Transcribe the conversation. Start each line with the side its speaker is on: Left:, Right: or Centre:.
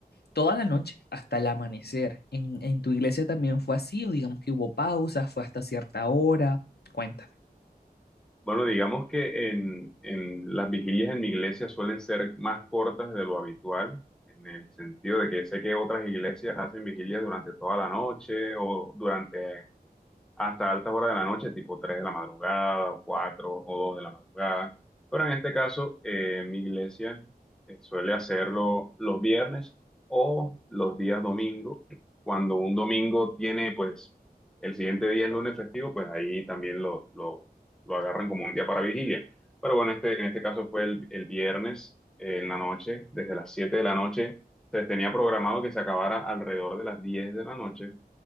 Left: toda la noche hasta el amanecer. ¿En, en tu iglesia también fue así o digamos que hubo pausas, fue hasta cierta hora? Cuéntame.
Centre: Bueno, digamos que en, en las vigilias en mi iglesia suelen ser más cortas de lo habitual, en el sentido de que sé que otras iglesias hacen vigilias durante toda la noche o durante hasta altas horas de la noche, tipo 3 de la madrugada, o 4 o 2 de la madrugada. Pero en este caso, eh, mi iglesia eh, suele hacerlo los viernes o los días domingo. Cuando un domingo tiene, pues, el siguiente día es lunes festivo, pues ahí también lo, lo, lo agarran como un día para vigilia. Pero bueno, este, en este caso fue el, el viernes eh, en la noche, desde las 7 de la noche. Se tenía programado que se acabara alrededor de las 10 de la noche.